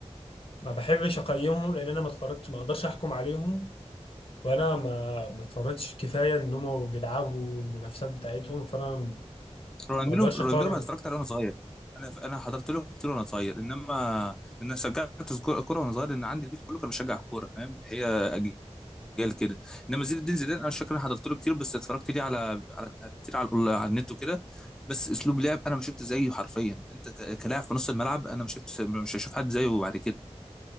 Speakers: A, on the left; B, in the centre.
A: ما بحبش اقيمهم لان انا ما اتفرجتش ما اقدرش احكم عليهم وانا ما ما اتفرجتش كفايه ان هم بيلعبوا المنافسات بتاعتهم فانا ما
B: رونالدينو
A: اقدرش
B: رونالدينو
A: اقرر
B: ما اتفرجت عليه وانا صغير انا انا حضرت له كتير وانا صغير انما انا شجعت كوره كورة وانا صغير لان عندي البيت كله كان بيشجع كوره فاهم هي اجيال كده انما زين الدين زيدان انا مش فاكر انا حضرت له كتير بس اتفرجت ليه على على كتير على الأون- على النت وكده بس اسلوب لعب انا ما شفت زيه حرفيا انت ك- كلاعب في نص الملعب انا ما شفت مش هشوف حد زيه بعد كده